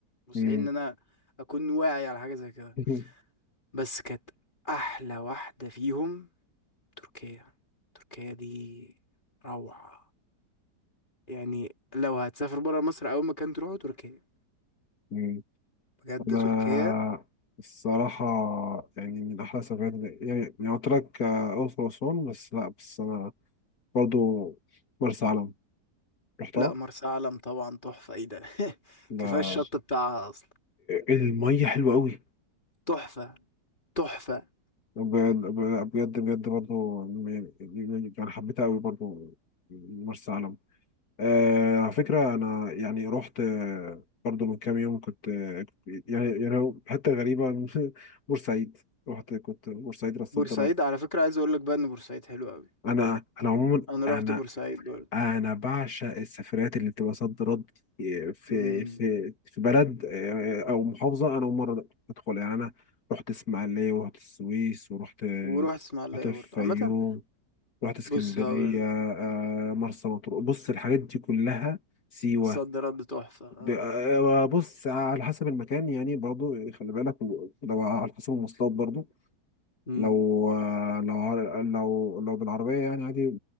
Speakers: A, on the left; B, on the left.
A: مستحيل
B: مم.
A: ان انا اكون واعي على حاجه زي كده
B: <laughs>
A: بس كانت احلى واحده فيهم تركيا تركيا دي روعه يعني لو هتسافر برا مصر اول مكان تروحه تركيا
B: مم.
A: بجد
B: أنا
A: تركيا
B: الصراحة يعني من أحلى سفرات يعني يعني قلت لك آه، الأقصر وأسوان بس لأ بس أنا برضو مرسى علم رحتها
A: لا مرسى علم طبعا تحفه ايه ده <laughs>
B: لا
A: كفايه الشط بتاعها اصلا
B: المية حلوة أوي
A: تحفه تحفة
B: ب- ب- بجد بجد برضو يعني يعني حبيتها قوي برضو مرسى علم آه على فكرة أنا يعني رحت آه، برضو من كام يوم كنت آه، يعني يعني هو حتة غريبة <laughs> بورسعيد رحت كنت بورسعيد راس
A: بورسعيد
B: صد رد
A: على فكرة عايز اقول لك بقى ان بورسعيد حلو قوي
B: أنا أنا عموما
A: انا رحت
B: أنا
A: بورسعيد برضه
B: أنا بعشق السفرات اللي بتبقى صد رد آه، في
A: امم
B: في في بلد آه، أو محافظة أنا أول مرة أدخل يعني أنا رحت إسماعيلية ورحت السويس ورحت آه،
A: ورحت اسماعيلية
B: رحت الفيوم
A: برضه عامة
B: رحت اسكندرية
A: بص هقول لك
B: آه، مرسى مطروح بص الحاجات دي كلها سيوة
A: صد رد تحفة اه
B: ب- آه، بص على حسب المكان يعني برضو خلي بالك لو على حسب المواصلات برضو
A: امم
B: لو آه، لو ع- لو لو بالعربية يعني عادي